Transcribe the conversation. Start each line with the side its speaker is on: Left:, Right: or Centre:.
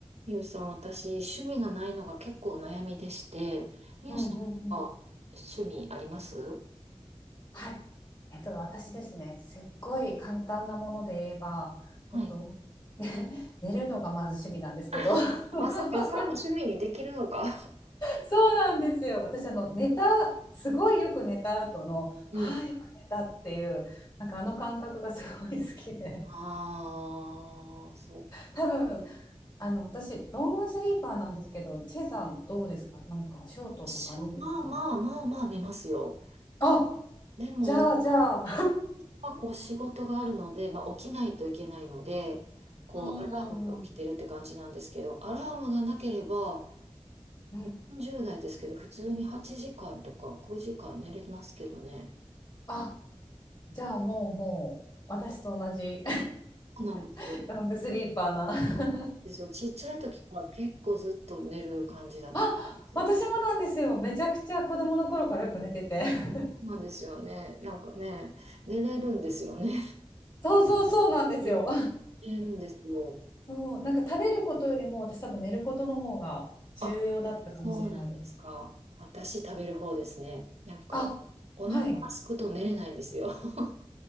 Right: みゆさん、私、趣味がないのが結構悩みでして、みゆさんとか趣味あります
Left: うんうんうん。はい。えっと、私ですね、すっごい簡単なもので言えば、
Right: はい。
Left: えっと、ね <laughs> 寝るのがまず趣味なんですけど、
Right: <laughs>
Left: <laughs>
Right: あ、そっか、それも趣味にできるのか。
Left: そうなんですよ。私、あの、寝た、すごいよく寝た後の、
Right: <laughs> うん。
Left: ああ、よく寝たっていう、なんかあの感覚がすごい好きで、
Right: ああ、そうか。
Left: 多分、あの、私、ロングスリーパーなんですけど、チェさんどうですかなんか、ショートとかロングとか。
Right: 私はまあまあまあまあ寝ますよ。
Left: あ、
Right: でも、
Left: じゃあ、じゃあ、
Right: こう仕事があるので、まあ起きないといけないので、こうアラームで起きてるって感じなんですけど、
Left: うんうんうん。
Right: アラームがなければ、
Left: うん。
Right: 40代ですけど、普通に8時間とか9時間寝れますけどね。
Left: あ、じゃあもうもう私と同じ
Right: そうなんですよ。
Left: <laughs> ロングスリーパーな <laughs>。
Right: ですよ。ちっちゃい時から結構ずっと寝る感じだったんですよ。
Left: あ、私もなんですよ。めちゃくちゃ子供の頃からよく寝てて <laughs>。
Right: そうなんですよね。なんかね、寝れるんですよね。
Left: そうそうそうなんですよ
Right: うん、寝れるんですよ。
Left: <laughs>。そう、なんか食べることよりも私多分寝ることの方が重要だったかもしれないです。
Right: あ、そうなんですか。私食べる方ですね。なんか、
Left: あ、
Right: お腹が空くと寝れないんですよ。
Left: はい。
Right: <laughs>